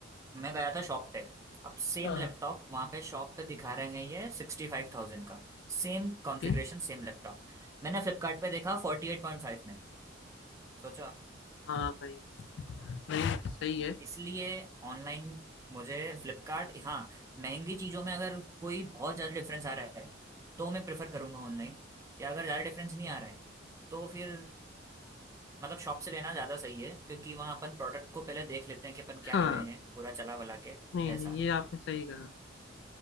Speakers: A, on the right; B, on the left.
A: मैं गया था शॉप पे अब सेम
B: हाँ
A: लैपटॉप वहाँ पे शॉप पे दिखा रहे हैं ये सिक्सटी फाइव थाउजेंड का सेम कॉन्फ़िगरेशन
B: ओके
A: सेम लैपटॉप मैंने फ्लिपकार्ट पे देखा फोर्टी एट पॉइंट फाइव में सोचो
B: हाँ भाई नहीं सही है
A: इसलिए ऑनलाइन मुझे फ्लिपकार्ट हाँ महंगी चीज़ों में अगर कोई बहुत ज़्यादा डिफरेंस आ रहा है तो मैं प्रेफर करूंगा ऑनलाइन या अगर ज़्यादा डिफरेंस नहीं आ रहा है तो फिर मतलब शॉप से लेना ज़्यादा सही है क्योंकि वहाँ अपन प्रोडक्ट को पहले देख लेते हैं कि अपन क्या
B: हाँ
A: ले रहे हैं पूरा चला वला के
B: नहीं
A: ऐसा
B: नहीं ये आपने सही कहा